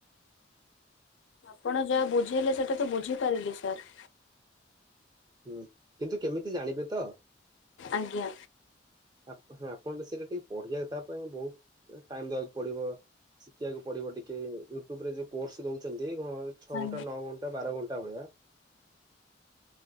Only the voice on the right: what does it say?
ହୁଁ କିନ୍ତୁ କେମିତି ଜାଣିବେ ତ?
ଆପଣ ସେଇଟା ଟିକେ ପଢିଆ ତା ପାଇଁ ବହୁତ ଟାଇମ ଦବାକୁ ପଡିବ। ଶିଖିବାକୁ ପଡିବ ଟିକ ୟୁଟ୍ୟୁବ ରେ ଯୋଉ କୋର୍ସ ଦଉଛନ୍ତି ଛଅ
ଘଣ୍ଟା ନଅ ଘଣ୍ଟା ବାର ଘଣ୍ଟା ଭଳିଆ